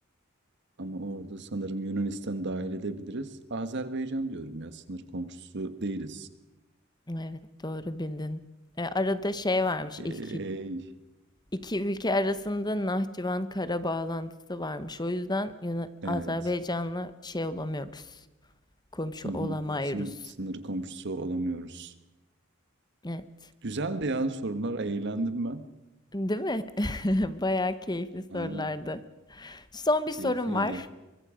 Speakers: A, on the right; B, on the left.
A: Ama orada sanırım Yunanistan dahil edebiliriz. Azerbaycan diyorum ya sınır komşusu değiliz.
B: Evet, doğru bildin. E, arada şey varmış,
A: Ey,
B: ilk iki ülke arasında Nahçıvan kara bağlantısı varmış. O yüzden Yuna-
A: evet.
B: Azerbaycan'la şey olamıyoruz, komşu
A: Hı
B: olamayırız.
A: hı. Sınır, sınır komşusu olamıyoruz.
B: Evet,
A: Güzeldi ya sorular. Eğlendim ben.
B: değil mi? <laughs> Bayağı keyifli sorulardı.
A: Aynen.
B: Son bir
A: Keyifliydi.
B: sorum var.